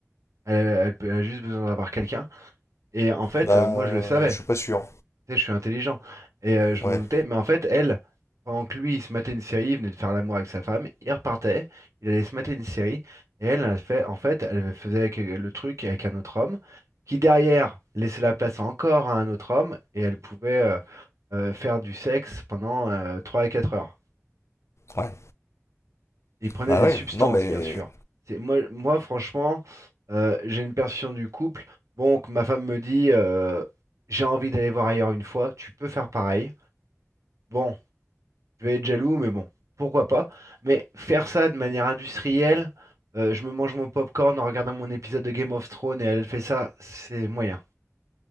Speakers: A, on the right; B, on the left.
A: elle, elle peut- elle a juste besoin d'avoir quelqu'un. Et en fait,
B: bah,
A: euh, moi, je le savais.
B: je suis pas sûr.
A: Tu sais, je suis intelligent. Et euh, je
B: Ouais,
A: m'en doutais. Mais en fait, elle, pendant que lui, il se matait une série, il venait de faire l'amour avec sa femme, il repartait, il allait se mater une série. Et elle, elle fait, en fait, elle faisait avec- euh, le truc avec un autre homme, qui derrière laissait la place encore à un autre homme, et elle pouvait euh, euh, faire du sexe pendant euh, 3 à 4 heures.
B: ouais,
A: Il prenait
B: bah
A: des
B: ouais,
A: substances,
B: non mais.
A: bien sûr. C'est, moi, moi, franchement, euh, j'ai une perception du couple. Bon, que ma femme me dit, euh, j'ai envie d'aller voir ailleurs une fois, tu peux faire pareil. Bon. Je vais être jaloux, mais bon, pourquoi pas. Mais faire ça de manière industrielle, euh, je me mange mon popcorn en regardant mon épisode de Game of Thrones et elle fait ça, c'est moyen.